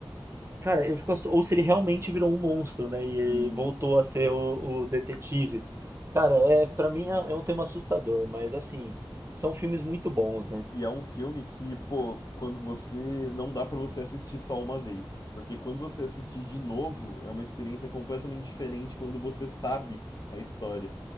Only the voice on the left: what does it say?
sim.
E é um filme que, pô, quando você não dá pra você assistir só uma vez, porque quando você assiste de novo, é uma experiência completamente diferente quando você sabe a história.